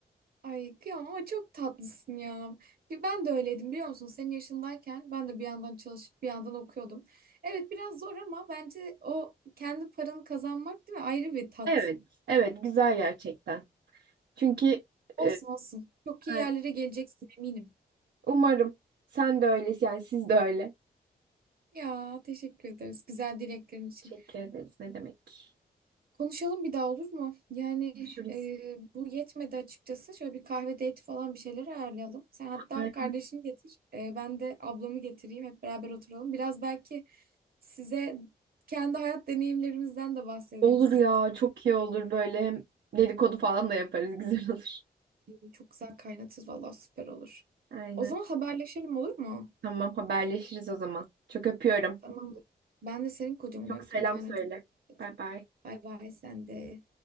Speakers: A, on the right (about 60°); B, on the right (about 80°).
A: Ay kıyamam ama çok tatlısın ya. Bir ben de öyleydim biliyor musun? Senin yaşındayken ben de bir yandan çalışıp bir yandan okuyordum. Evet biraz zor ama bence o kendi paranı kazanmak değil mi? Ayrı bir tat.
B: Evet, evet güzel gerçekten. Çünkü
A: Olsun
B: e,
A: olsun. Çok iyi
B: Evet.
A: yerlere geleceksin eminim.
B: Umarım. Sen de öylesin yani siz de öyle.
A: Ya teşekkür ederiz güzel dileklerin için.
B: Teşekkür ederiz. Ne demek?
A: Konuşalım bir daha olur mu? Yani
B: Görüşürüz.
A: e, bu yetmedi açıkçası. Şöyle bir kahve date falan bir şeyler ayarlayalım. Sen hatta
B: Aynen.
A: kardeşini getir. e, ben de ablamı getireyim. Hep beraber oturalım. Biraz belki size kendi hayat deneyimlerimizden de bahsederiz.
B: Olur ya çok iyi olur böyle hem dedikodu falan da yaparız <laughs> güzel olur.
A: E, Çok güzel kaynatırız. vallahi süper olur.
B: Aynen.
A: O zaman haberleşelim olur mu?
B: Tamam haberleşiriz o zaman. Çok öpüyorum.
A: Tamamdır. Ben de senin kocaman
B: Çok selam
A: öptüm. Kendine
B: söyle.
A: çok dikkat
B: Bay
A: et.
B: bay.
A: Bay bay sen de.